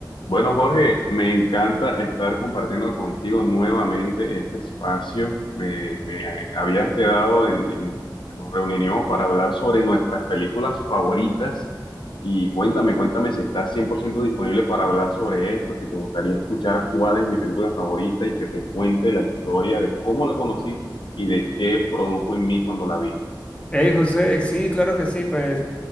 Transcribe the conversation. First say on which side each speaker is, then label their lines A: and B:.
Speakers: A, on the left; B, on the left.
A: Bueno, Jorge, me encanta estar compartiendo contigo nuevamente este espacio. Me, me habías quedado en, en- en que nos reuniríamos para hablar sobre nuestras películas favoritas. Y cuéntame, cuéntame si estás 100% disponible para hablar sobre esto, si te gustaría escuchar cuál es mi película favorita y que te cuente la historia de cómo la conocí y de qué produjo en mí cuando la vi.
B: Hey, José, sí, claro que sí, pues